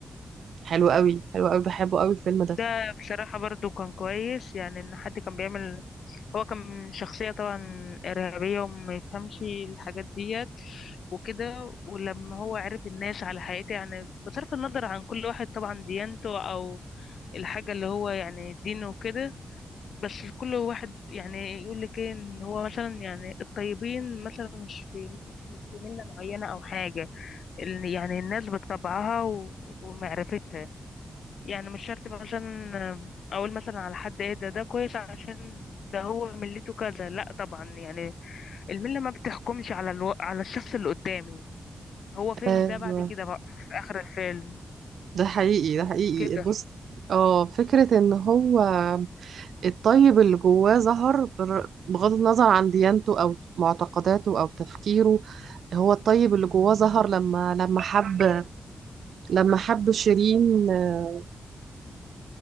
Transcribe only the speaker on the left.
ده بصراحة برضو كان كويس يعني ان حد كان بيعمل هو كان شخصية طبعا إرهابية وما يفهمش الحاجات ديت وكده ولما هو عرف الناس على حقيقته يعني بصرف النظر عن كل واحد طبعا ديانته أو الحاجة اللي هو يعني دينه وكده بس كل واحد يعني يقول لك ايه ان هو مثلا يعني الطيبين مثلا مش في مش في ملة معينة معينة أو حاجة ال- يعني الناس بطبعها و- ومعرفتها يعني مش شرط بقى عشان اقول مثلا على حد ايه ده ده كويس عشان ده هو ملته كذا لا طبعا يعني الملة ما بتحكمش على الو... على الشخص اللي قدامي هو فاهم
ده بعد كده بقى في اخر الفيلم
كده